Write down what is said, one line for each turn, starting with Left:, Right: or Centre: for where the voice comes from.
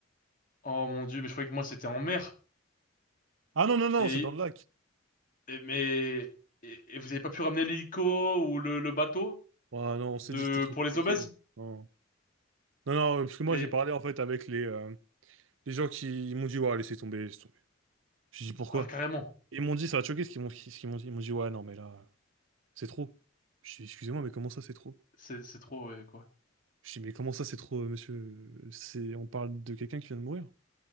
Left: Oh mon Dieu, mais je croyais que moi, c'était en mer.
Right: Ah non, non, non,
Left: Et,
Right: c'est dans le lac.
Left: et- mais, et, et vous avez pas pu ramener l'hélico ou le, le bateau
Right: Ouais, non, on s'est
Left: de,
Right: dit que c'était trop
Left: pour
Right: compliqué.
Left: les obèses?
Right: Non, non, non, parce que moi
Left: Mais,
Right: j'ai parlé en fait avec les, euh, les gens qui ils m'ont dit, ouais, laissez tomber, laissez tomber. J'ai dit pourquoi?
Left: ah, carrément.
Right: Ils m'ont dit, ça va te choquer ce qu'ils m'ont ce qu'ils m'ont dit. Ils m'ont dit, ouais, non, mais là, c'est trop. Je dis, excusez-moi, mais comment ça c'est trop?
Left: C'est, c'est trop, ouais, quoi.
Right: Je dis, mais comment ça c'est trop, euh, monsieur? C'est, on parle de quelqu'un qui vient de mourir.